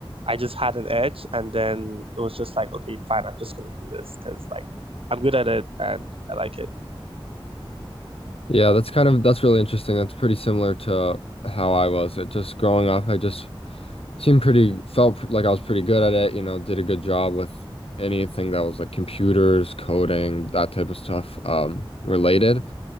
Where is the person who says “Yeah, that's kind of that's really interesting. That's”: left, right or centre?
Left